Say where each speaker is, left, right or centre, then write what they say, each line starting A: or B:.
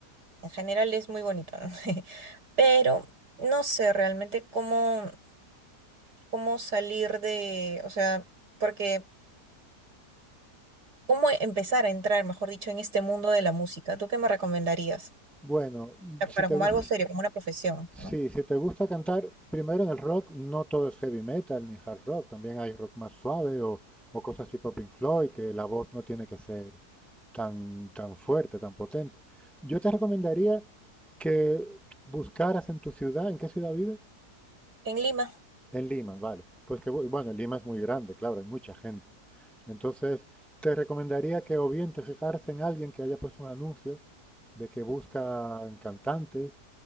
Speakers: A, on the right; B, in the centre.
A: en general es muy bonito, ¿no? <laughs> Pero no sé realmente cómo, cómo salir de, o sea, porque cómo empezar a entrar, mejor dicho, en este mundo de la música. ¿Tú qué me recomendarías?
B: Bueno, mm, si
A: Para
B: te,
A: como
B: gu-
A: algo serio, como una profesión,
B: sí,
A: ¿no?
B: si te gusta cantar, primero en el rock no todo es heavy metal ni hard rock, también hay rock más suave o, o cosas tipo Pink Floyd, que la voz no tiene que ser tan, tan fuerte, tan potente. Yo te recomendaría que buscaras en tu ciudad, ¿en qué ciudad vives?
A: En Lima.
B: En Lima, vale. Pues que, bu- bueno, Lima es muy grande, claro, hay mucha gente. Entonces, te recomendaría que o bien te fijaras en alguien que haya puesto un anuncio de que buscan cantantes